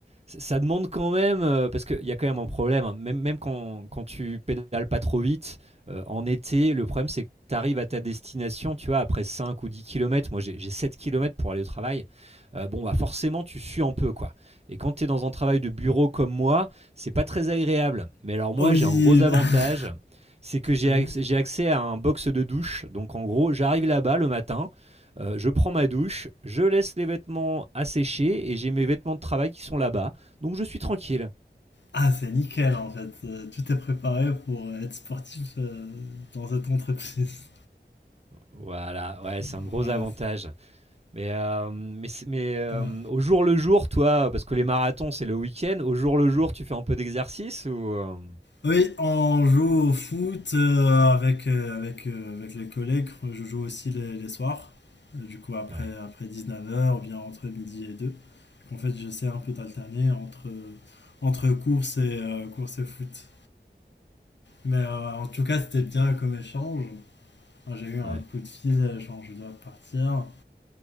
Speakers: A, on the right; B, on the left.
A: c'est- ça demande quand même, euh, parce qu'il y a quand même un problème, hein. même, même quand, quand tu pédales pas trop vite, euh, en été, le problème c'est que tu arrives à ta destination, tu vois, après 5 ou 10 kilomètres moi j'ai j'ai 7 km pour aller au travail, euh, bon bah forcément tu sues un peu quoi. Et quand tu es dans un travail de bureau comme moi, c'est pas très agréable. Mais alors moi
B: Oh oui,
A: j'ai un gros avantage,
B: <laughs>
A: c'est que j'ai
B: Oui.
A: acc- j'ai accès à un box de douche, donc en gros j'arrive là-bas le matin, euh, je prends ma douche, je laisse les vêtements à sécher et j'ai mes vêtements de travail qui sont là-bas. Donc je suis tranquille.
B: Ah, c'est nickel en fait. Euh, Tout est préparé pour être sportif euh, dans cette entreprise.
A: Voilà, ouais, c'est
B: <laughs>
A: un gros
B: Ouais,
A: avantage. Mais, euh, mais, c'est- mais euh,
B: c'est- ouais.
A: au jour le jour, toi, parce que les marathons, c'est le week-end, au jour le jour, tu fais un peu d'exercice ou... euh,
B: Oui, on joue au foot euh, avec, euh, avec, euh, avec les collègues. Je joue aussi les, les soirs. Euh, Du coup, après,
A: Ouais,
B: après 19h ou bien entre midi et 2. En fait, j'essaie un peu d'alterner entre, entre course et, euh, course et foot. Mais euh, en tout cas, c'était bien comme échange. Enfin, J'ai eu un
A: ouais.
B: coup de fil, genre je dois partir.